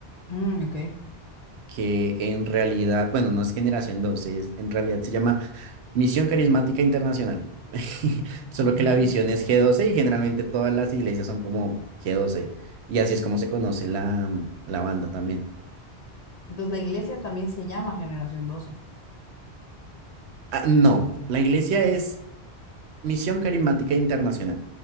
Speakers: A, on the left; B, on the right.
A: Mm, ok,
B: que en realidad, bueno, no es Generación doce es, en realidad se llama Misión Carismática Internacional. <laughs> Solo
A: ok.
B: que la visión es g doce y generalmente todas las iglesias son como g doce Y así es como se conoce la, mm, la banda también.
A: Entonces la iglesia también se llama Generación Doce
B: Ah, no, la iglesia es Misión Carismática Internacional,